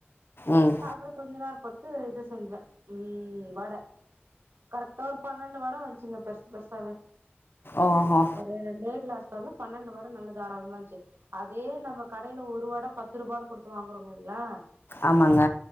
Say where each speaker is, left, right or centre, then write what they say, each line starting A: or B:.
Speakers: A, on the left (about 60°); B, on the right (about 75°).
A: ம்
B: அப்புறம் கொஞ்ச நேரம் பொறுத்து இது செஞ்சேன் உம் <unintelligible> கரெக்டா பன்னெண்டு வடை வந்துச்சுங்க பெருசா பெருசாவே
A: ஓஹோ
B: ஒரு ரெண்டே கிளாஸ்ல வந்து பன்னெண்டு வடை நல்ல தாராளமா வந்துச்ச அதே நம்ம கடையில ஒரு வட பத்து ரூபான்னு கொடுத்து வாங்கறோம்ங்களா
A: ஆமாங்க